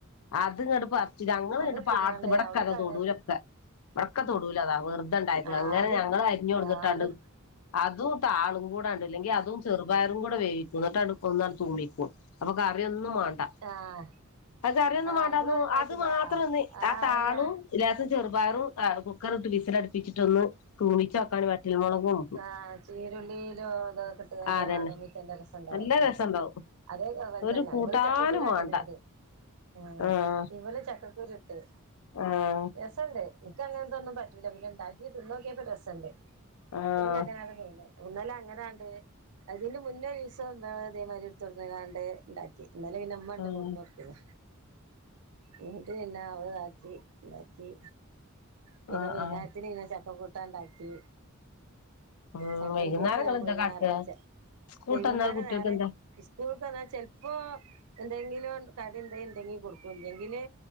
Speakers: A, on the left; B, on the right.
A: അത് ങ്ങട്ട് പർച്ച് ഞങ്ങള് ങ്ങട്ട്
B: ഇട്ട്കാണ്ട്
A: പാട്ത്ത് ഇവടെക്കെ
B: അവള്ക്ക്
A: അതാ
B: അങ്ങ
A: തൊടൂലൊക്കെ വിടക്ക തൊടൂല അതാ വെറുതെ ണ്ടായത്
B: ആഹ്
A: അങ്ങനെ
B: അത്
A: ഞങ്ങള് അരിഞ്ഞു കൊടുന്നിട്ടാണ്ട്
B: ആഹ് അവള്
A: അതൂ താളുംകൂടെണ്ട് ഇല്ലെങ്കി അതും ചെറുപയറും കൂടെ വേവിക്കും ഇന്നിട്ട്ട് ഒന്നാണ് തൂമിക്കും അപ്പൊ കറിയൊന്നും മാണ്ട
B: ആഹ്
A: അത് കറിയൊന്നും
B: ആഹ്
A: വേണ്ടാന്ന്
B: ഇങ്ങള് ഇണ്ടാക്കൂലേ
A: അത് മാത്രൊന്ന്
B: ആഹ്
A: ആ
B: അതന്നെ
A: താളും ലേസം ചെറുപയറും കുക്കറിട്ട് വിസിലടിപ്പിച്ചിട്ടൊന്ന് തൂമിച്ച്ക്കാൻ വറ്റൽ മൊളകും
B: ആഹ് ചീരുള്ളിയിലും അതൊക്കെട്ട്കാട്ട്
A: ആഹ് അതന്നെ
B: ആ തൂമിച്ചാന്റെ രസണ്ടാവും
A: നല്ല രസണ്ടാവും
B: ഉം അതേ അങ്ങനെ
A: ഒരു
B: തന്നെ
A: കൂട്ടാനും
B: ഇവിടെ ചക്കക്കുര
A: വാണ്ട
B: ഇട്ടേക്കണത് ഉം
A: ആഹ്
B: ഇവല് ചക്കക്കുരു ഇട്ട്
A: ആഹ്
B: രസണ്ട് നിക്ക് അങ്ങനതൊന്നും പറ്റൂല്ല പിന്നെ ണ്ടാക്കി തിന്ന് നോക്കിയപ്പോ രസണ്ട്
A: ആഹ്
B: അത് പിന്നെ അങ്ങനാണ്ട് തിന്ന് ഇന്നലെ അങ്ങനാണ്ട് അതിന്റെ മുന്നേ ഒരിസം ഇതേമാരി എടുത്തോണ്ട്ങ്ങാണ്ട് ണ്ടാക്കി ഇന്നലെ പിന്നെ മ്മണ്ട്
A: ആഹ്
B: കൊടുന്ന്ട്ക്ക്ന് ന്നിട്ട് പിന്നെ അവള്താക്കി ണ്ടാക്കി പിന്നെ
A: ആഹ്
B: വൈനേരത്തിന്
A: ആഹ്
B: പിന്നെ ചക്ക കൂട്ടാൻ ണ്ടാക്കി
A: ഉം
B: ചക്ക
A: വൈകുന്നേരം
B: ഇന്റെയോക്ക്
A: ഇങ്ങളെന്താ
B: ഞാൻ പോയിനി
A: കാട്ടാ
B: ഞായറായ്ച്ച
A: സ്കൂൾട്ട്
B: വൈകുന്നേരം
A: വന്നാൽ കുട്ട്യേക്കെന്താ
B: ഞായറായ്ച്ച സ്കൂള്ക്ക് വന്ന ചെലപ്പോ എന്തെങ്കിലും കടി ണ്ടേൽ ഇണ്ടെങ്കി കൊടുക്കും അല്ലെങ്കില്